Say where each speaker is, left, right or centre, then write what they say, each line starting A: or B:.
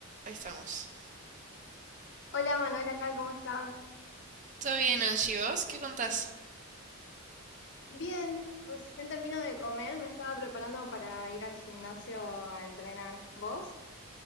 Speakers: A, on the right; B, on the left.
A: Ahí estamos.
B: Hola Manuela, ¿cómo estás?
A: ¿Todo bien, Angie? ¿Vos qué contás?
B: Bien, recién termino de comer, me estaba preparando para ir al gimnasio a entrenar. ¿Vos?